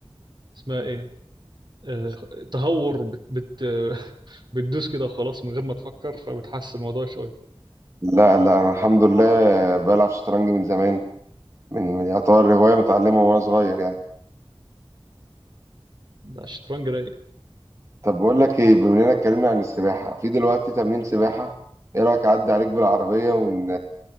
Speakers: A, on the right; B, on the right.
A: اسمها ايه آه تهور بت بت <laughs> بتدوس كده خلاص من غير ما تفكر فبتحسن الموضوع شوية
B: لا لا انا الحمد لله بلعب شطرنج من زمان من من- يعتبر هوايه متعلمه وانا صغير يعني
A: لا الشطرنج رايق
B: طب بقول لك ايه بما اننا اتكلمنا عن السباحة في دلوقتي تمرين سباحة ايه رأيك اعدي عليك بالعربية ون...